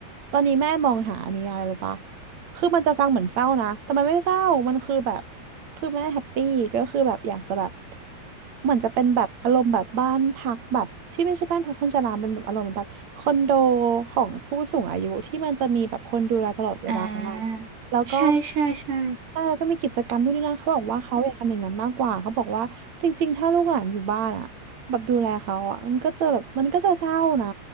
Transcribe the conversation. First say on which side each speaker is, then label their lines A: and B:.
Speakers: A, on the right; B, on the right.
A: ตอนนี้แม่มองหาอันนี้อะไรหรือปะคือมันจะฟังเหมือนเศร้านะแต่มันไม่เศร้ามันคือแบบคือแม่แฮปปี้ก็คือแบบอยากจะแบบเหมือนจะเป็นแบบอารมณ์แบบบ้านพักแบบที่ไม่ใช่บ้านพักคนชราเป็นแบบอารมณ์แบบคอนโดของผู้สูงอายุที่มันจะมีแบบคนดูแลตลอดเวลา
B: อ่า
A: แล้วก็
B: ใช่ใช่ใช่
A: ใช่แล้วก็มีกิจกรรมนู่นนี่นั่นเขาบอกว่าเขาอยากทำอย่างนั้นมากกว่าเขาบอกว่าจริงๆถ้าลูกหลานอยู่บ้านอ่ะแบบดูแลเขาอ่ะมันก็จะแบบมันก็จะเศร้านะ